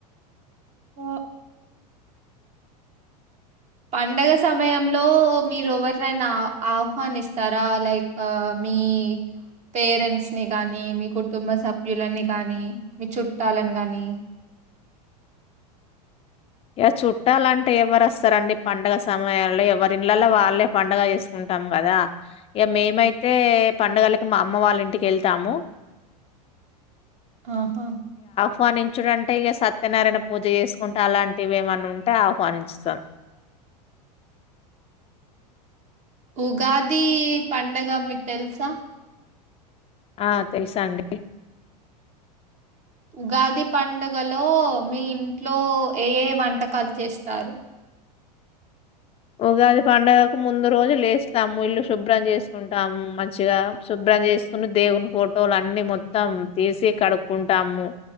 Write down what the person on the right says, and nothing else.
ఓ పండుగ సమయంలో మీరు ఎవరినైనా ఆహ్వానిస్తారా లైక్ మీ పేరెంట్స్ ని గానీ మీ కుటుంబ సభ్యులని గానీ మీ చుట్టాలని గానీ
ఆహా
ఉగాది పండగ మీకు తెలుసా
ఉగాది పండుగలో మీ ఇంట్లో ఏ ఏ వంటకాలు చేస్తారు